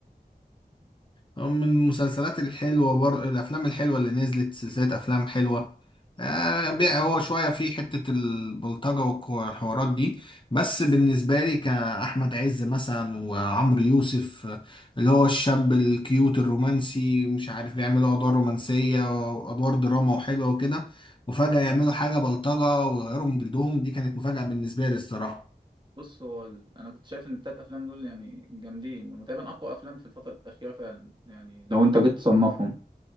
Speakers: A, on the left; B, on the right.
A: من المسلسلات الحلوة بر... الأفلام الحلوة اللي نزلت سلسلة أفلام حلوة آه بي- هو شوية في حتة البلطجة والحوارات دي بس بالنسبة لي كأحمد عز مثلا وعمرو يوسف آه، اللي هو الشاب الكيوت الرومانسي مش عارف بيعملوا أدوار رومانسية وأدوار دراما وحلوة وكده وفجأة يعملوا حاجة بلطجة ويغيروا من جلدهم دي كانت مفاجأة بالنسبة لي الصراحة
B: بص هو ال... انا كنت شايف ان الثلاث افلام دول يعني جامدين وتقريبا اقوى افلام في الفترة الأخيرة فعلا يعني لو انت جيت تصنفهم